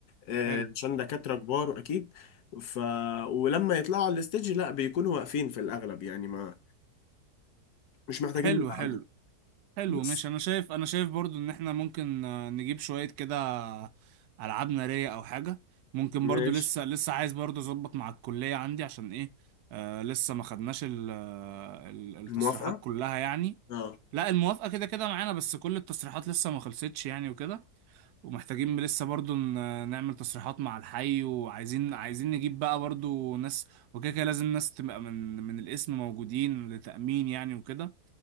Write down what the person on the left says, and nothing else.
آه،
عشان دكاترة كبار أكيد ف ولما يطلعوا على الستيج لا بيكونوا واقفين في الأغلب يعني ما مش محتاجين
نقعدهم
بس
ماشي
الموافقة؟
اه